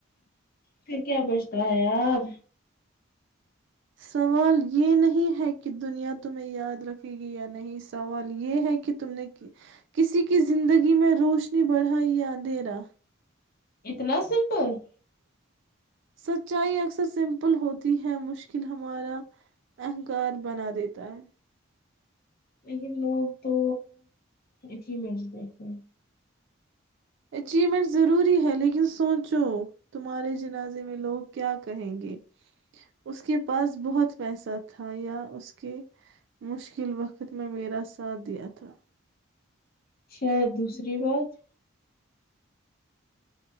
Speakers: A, on the left; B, on the right.
A: پھر کیا بچتا ہے یار
B: سوال یہ نہیں ہے کہ دنیا تمہیں یاد رکھے گی یا نہیں سوال یہ ہے کہ تم نے کسی کی زندگی میں روشنی بڑھا یا اندھیرا
A: اتنا سمپل
B: سچائی اکثر سمپل ہوتی ہے مشکل ہمارا اہنکار بنا دیتا ہے
A: لیکن لوگ تو اچیومنٹس دیکھتے ہیں
B: اچیومنٹ ضروری ہے لیکن سوچو تمہارے جنازے میں لوگ کیا کہیں گے اس کے پاس بہت پیسہ تھا یا اس کے مشکل وقت میں میرا ساتھ دیا تھا
A: شاید دوسری بات